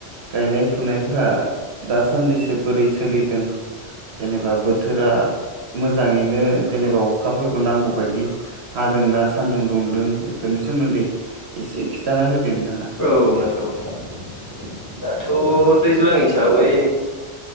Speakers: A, on the right; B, on the left.
A: गायनाय फुनायफ्रा दासान्दिसो बोरै सोलिदों? जेनेबा बोथोरा मोजाङैनो जेनेबा अखाफोरखौ नांगौबायदि हादोंना सान्दुं दुंदों बेफोरनि सोमोन्दै एसे खिन्थाना होदो नोंथाङा।
B: औ नंगौ नंगौ दाथ' दैज्लां हिसाबै